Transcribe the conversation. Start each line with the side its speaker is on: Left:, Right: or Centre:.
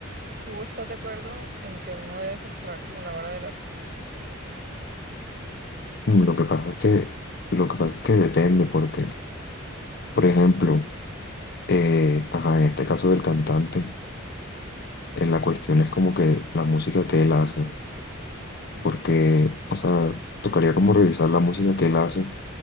Right: ¿tú estás de acuerdo en que uno debe separar como la obra del artista?
Left: Mm, Lo que pasa es que, lo que pasa es que depende porque Por ejemplo, eh, ajá, en este caso del cantante, eh, la cuestión es como que la música que él hace,
Right: Mm.
Left: porque, o sea, tocaría como revisar la música que él hace